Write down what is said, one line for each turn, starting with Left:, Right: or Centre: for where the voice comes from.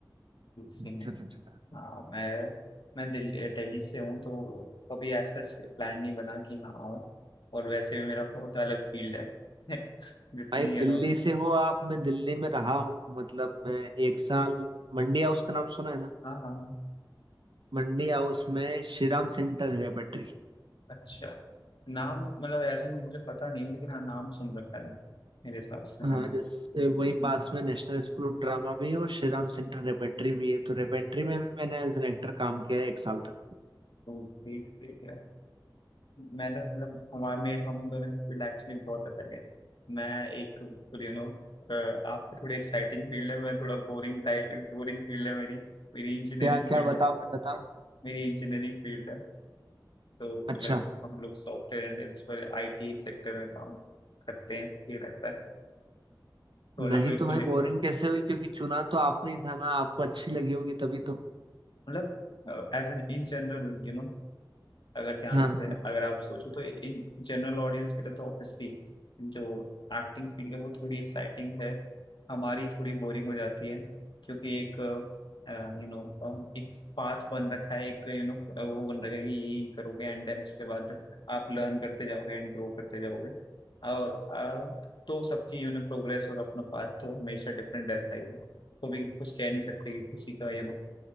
Left: नहीं
Right: अच्छा अच्छा अच्छा।
Left: हाँ मैं मैं दिल्ली दिल्ली से हूँ तो कभी ऐसा प्लान नहीं बना कि मैं आऊँ और वैसे भी मेरा बहुत अलग फील्ड है <laughs> जितनी
Right: भाई
Left: यू
Right: दिल्ली
Left: नो
Right: से हो आप मैं दिल्ली में रहा हूँ मतलब मैं एक साल मंडी हाउस का नाम सुना है ना
Left: हाँ हाँ
Right: मंडी हाउस में श्रीराम सेंटर है बैटरी
Left: अच्छा नाम मतलब एज इन मुझे पता नहीं है लेकिन हाँ नाम सुन रखा है मेरे हिसाब से
Right: हाँ
Left: मैंने
Right: जैसे वही
Left: हम्म,
Right: पास में नेशनल स्कूल ऑफ ड्रामा भी है और श्री राम
Left: अच्छा।
Right: सेंटर रेपेट्री भी है तो रेपेट्री में भी मैंने एज एन एक्टर काम किया है एक साल तक
Left: तो ग्रेट ग्रेट है मैं तो मतलब हमारे में हम दोनों की फील्ड एक्चुअली बहुत अलग है मैं एक बिल्कुल यू नो आपके थोड़ी एक्साइटिंग फील्ड है मैं थोड़ा बोरिंग टाइप बोरिंग फील्ड है मेरी मेरी इंजीनियरिंग
Right: क्या क्या
Left: फील्ड
Right: बताओ भाई बताओ
Left: मेरी इंजीनियरिंग फील्ड है तो
Right: अच्छा
Left: लाइक हम लोग सॉफ्टवेयर एंड इस पर आईटी सेक्टर में काम करते हैं ये रहता है तो हम
Right: नहीं
Left: लोग बिल्कुल
Right: तो भाई बोरिंग कैसे हुई क्योंकि चुना तो आपने ही था ना आपको अच्छी लगी होगी तभी तो
Left: मतलब as an in general you know अगर ध्यान
Right: हाँ
Left: से
Right: हाँ
Left: अगर आप सोचो तो इन जनरल ऑडियंस के लिए तो ऑब्वियसली जो एक्टिंग फील्ड है वो थोड़ी एक्साइटिंग है हमारी थोड़ी बोरिंग हो जाती है क्योंकि एक यू नो एक पाथ बन रखा है एक यू नो वो बन रखा है कि यही करोगे एंड देन उसके बाद आप लर्न करते जाओगे एंड ग्रो करते जाओगे और अ, तो सबकी यू नो प्रोग्रेस और अपना पाथ तो हमेशा डिफरेंट रहता ही है कभी कुछ कह नहीं सकते कि किसी का यू नो